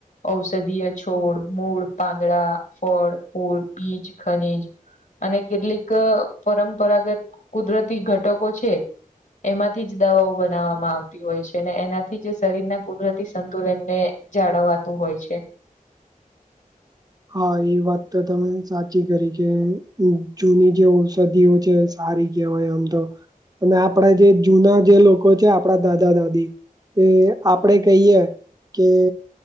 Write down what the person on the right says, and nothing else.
હા એ વાત તો તમે સાચી કરી કે જૂની જે ઔષધિઓ છે. સારી કેહેવાય આમ તો અને આપડા જે જૂના જે લોકો છે આપડા દાદા દાદી એ આપડે કહીયએ. કે